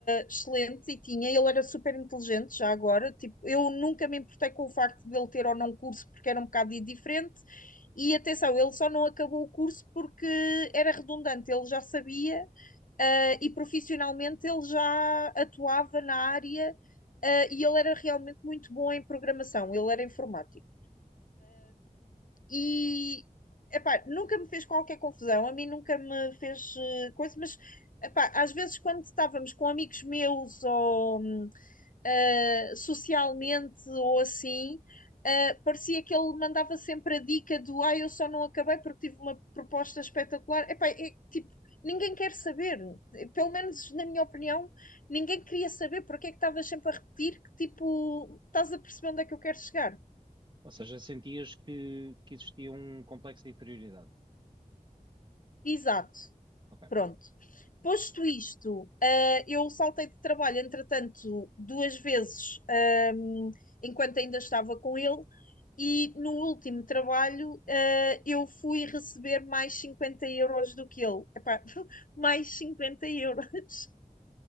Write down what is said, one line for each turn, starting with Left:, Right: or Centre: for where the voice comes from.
Left: excelente e tinha, ele era super inteligente já agora, tipo, eu nunca me importei com o facto de ele ter ou não curso porque era um bocado diferente e atenção, ele só não acabou o curso porque era redundante, ele já sabia ah, e profissionalmente ele já atuava na área ah, e ele era realmente muito bom em programação, ele era informático. E, epá, nunca me fez qualquer confusão, a mim nunca me fez eh, coisa, mas epá, às vezes quando estávamos com amigos meus ou hum, ah, socialmente ou assim, ah, parecia que ele mandava sempre a dica do ah, eu só não acabei porque tive uma proposta espetacular. Epá, é, tipo, ninguém quer saber. Pelo menos na minha opinião, ninguém queria saber porque é que estavas sempre a repetir que tipo, estás a perceber onde é que eu quero chegar.
Right: Ou seja, sentias que, que existia um complexo de inferioridade?
Left: Exato.
Right: Ok,
Left: Pronto. Posto isto, eh, eu saltei de trabalho, entretanto, duas vezes, ehm, enquanto ainda estava com ele, e no último trabalho, eh, eu fui receber mais 50 euros do que ele. Epá, <laughs> mais 50 euros.